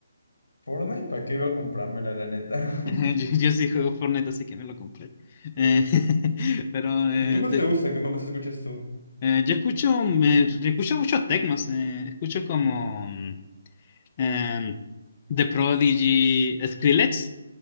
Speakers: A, on the left; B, on the left.
A: Fortnite, ¿para qué iba a comprármela, la neta?
B: <laughs>
A: <laughs>
B: Yo, yo sí juego Fortnite, así que me lo compré. Eh, <laughs> pero eh,
A: ¿Y qué más
B: de-
A: te gusta? ¿Qué más escuchas tú?
B: eh, yo escucho, me- yo escucho muchos tecnos. eh, escucho como mm, em, The Prodigy, Skrillex,